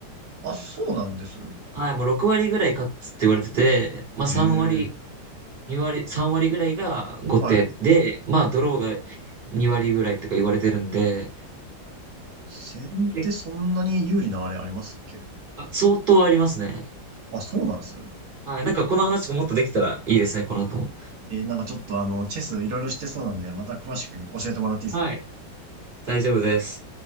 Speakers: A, on the right; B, on the right.
A: あ、そうなんです。
B: はい、もう6割ぐらい勝つって言われてて、まあ3割、
A: ええ。
B: 2割、3割ぐらいが後手で、
A: はい。
B: まあドローが2割ぐらいとか言われてるんで、
A: 先手そんなに有利なあれありますっけ
B: 結あ、相当ありますね。
A: あ、そうなんです。
B: はい、なんかこの話がもっとできたらいいですね、この後も。
A: えーなんかちょっとあの、チェスいろいろしてそうなんで、また詳しく教えてもらっていいですか
B: はい、大丈夫です。